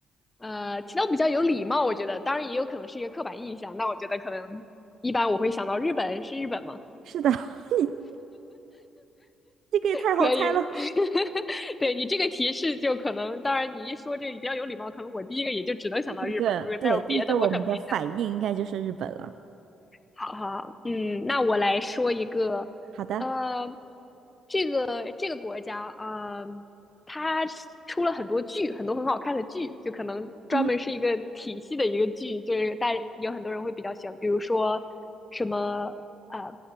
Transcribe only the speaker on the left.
呃，提到比较有礼貌，我觉得，当然也有可能是一个刻板印象。那我觉得可能一般我会想到日本，是日本吗？
可以，<laughs> 对你这个提示就可能，当然你一说这个比较有礼貌，可能我第一个也就只能想到日本。
如果再有别的，
我可能也想。好好好嗯，那我来说一个，
呃，这个这个国家啊，呃它出了很多剧，很多很好看的剧，就可能专门是一个体系的一个剧，
就是大有很多人会比较喜欢，比如说什么啊、呃，